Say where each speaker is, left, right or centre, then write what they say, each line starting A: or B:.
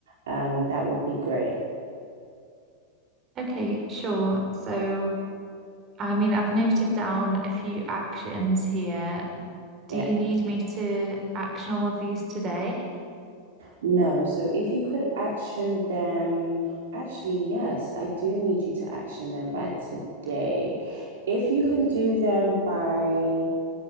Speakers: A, on the right; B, on the right.
A: um, that would be great.
B: okay sure so I mean I've noted down a few actions here Do
A: Yeah.
B: you need me to action all of these today?
A: No, so if you could action them, actually, yes, I do need you to action them by today. If you can do them by,